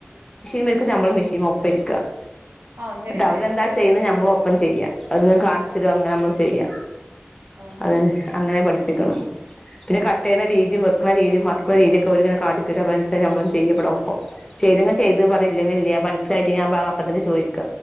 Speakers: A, on the left; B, on the right.
A: ങ്ങട്ട്
B: ആഹ് അങ്ങനെയല്ലേ
A: അവ് രെന്താ ചെയ്ണ് അമ്മോ പ്പം ചെയ്യ അവര്ങ്ങനെ കാണിച്ചരോ ങ്ങനെമ്മള് ചെയ്യ.
B: ആഹാ
A: അതെ അങ്ങനെ പഠി ത്തിക്കണം പിന്നെ കട്ടെയ്യണ രീതിം വെക്ക്ണ രീതിം മറിക്ക്ണ രീത്യോക്കെ ഓരിങ്ങനെ കാട്ടിത്തരും അപ്പയ്നൻസരി നമ്മൾങ്ങനെ ചെയ്യ ബടൊപ്പം. ചെയ്തെങ്ങി ചെയ്ത് പറിയാ യില്ലെങ്കി ല്ല്യാ മൻസിലായിട്ടില്ല പ്പ ആ അപ്പ തന്നെ ചോയ്ക്ക